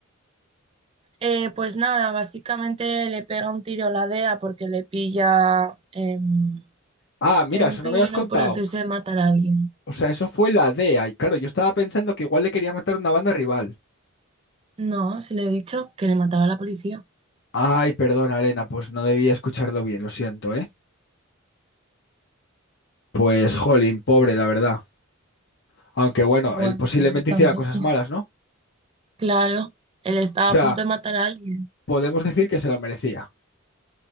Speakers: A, on the right; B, on the left.
A: Eh, pues nada, básicamente le pega un tiro la DEA porque le pilla em,
B: Ah, mira,
A: en
B: eso
A: pleno
B: no me lo has contado.
A: proceso de matar a alguien.
B: O sea, eso fue la DEA y claro, yo estaba pensando que igual le quería matar una banda rival.
A: No, se le he dicho que le mataba a la policía.
B: Ay, perdona, Elena, pues no debía escucharlo bien, lo siento, ¿eh? Pues, jolín, pobre, la verdad. Aunque bueno,
A: Bueno,
B: él posiblemente
A: pobre tampoco.
B: hiciera cosas malas, ¿no?
A: Claro, él
B: O
A: estaba
B: sea,
A: a punto de matar a alguien.
B: podemos decir que se lo merecía.